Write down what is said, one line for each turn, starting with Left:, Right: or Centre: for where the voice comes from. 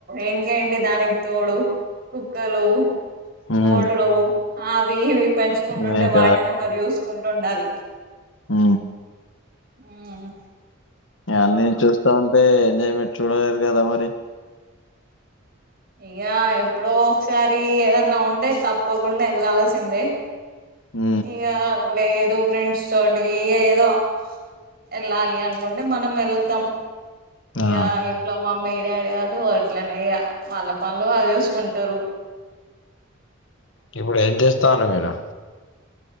Right: ఇంకేంటి దానికి తోడు కుక్కలు
Left: ఉమ్
Right: కోళ్లు అవి ఇవి పెంచుకుంటుంటే
Left: మేక
Right: వాటిని ఒకరు చూసుకుంటు ఉండాలి
Left: ఊ
Right: ఊ
Left: అన్ని చూస్తా ఉంటే ఎంజాయ్మెంట్ చూడలేదు కదా మరి
Right: ఇగా ఎప్పుడో ఒకసారి ఏదన్నా ఉంటే తప్పకుండా ఎళ్ళల్సిందే
Left: ఉ
Right: ఇగ ఏదో ఫ్రెండ్స్తోటి ఇగ ఏదో వెళ్ళాలి అనుకుంటే మనం వెళ్తాం ఇక
Left: ఆ
Right: ఇంట్లో మమ్మీ డాడీ వాళ్ళు అట్లేనే ఇగ వాళ్ళ పనులు వాళ్ళు చూసుకుంటారు
Left: ఇప్పుడు ఏం చేస్తన్నారు మీరు